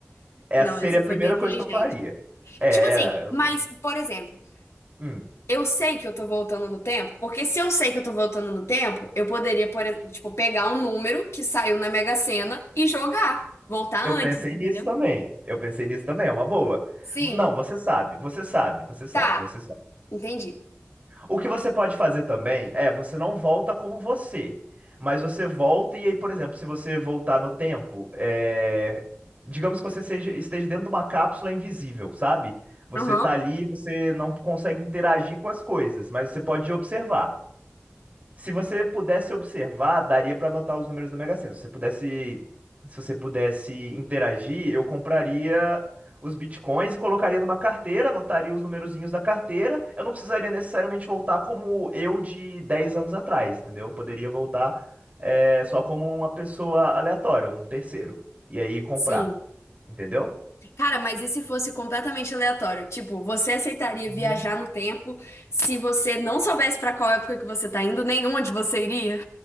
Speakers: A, on the right (about 35°); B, on the left (about 85°).
A: Essa
B: Não,
A: seria
B: você
A: a primeira
B: foi bem inteligente.
A: coisa que eu faria. É,
B: Tipo assim,
A: eu,
B: mas,
A: pe-
B: por exemplo,
A: hum,
B: eu sei que eu tô voltando no tempo, porque se eu sei que eu tô voltando no tempo, eu poderia, por exemplo, tipo, pegar um número que saiu na Mega Sena e jogar. Voltar
A: eu
B: antes,
A: pensei
B: entendeu?
A: nisso também. Eu pensei nisso também, é uma boa.
B: Sim.
A: Não, você sabe, você sabe, você sabe,
B: Tá,
A: você sabe.
B: entendi.
A: O que você pode fazer também é, você não volta como você, mas você volta e aí, por exemplo, se você voltar no tempo, é, digamos que você seja- esteja dentro de uma cápsula invisível, sabe? Você
B: Aham.
A: tá ali, você não consegue interagir com as coisas, mas você pode observar. Se você pudesse observar, daria pra anotar os números da Mega Sena. Se você pudesse, se você pudesse interagir, eu compraria os bitcoins e colocaria numa carteira, anotaria os numerozinhos da carteira. Eu não precisaria necessariamente voltar como eu de 10 anos atrás, entendeu? Eu poderia voltar é, só como uma pessoa aleatória, um terceiro. E aí comprar,
B: Sim.
A: entendeu?
B: Cara, mas e se fosse completamente aleatório? Tipo, você aceitaria
A: Hum.
B: viajar no tempo se você não soubesse pra qual época que você tá indo, nem onde você iria?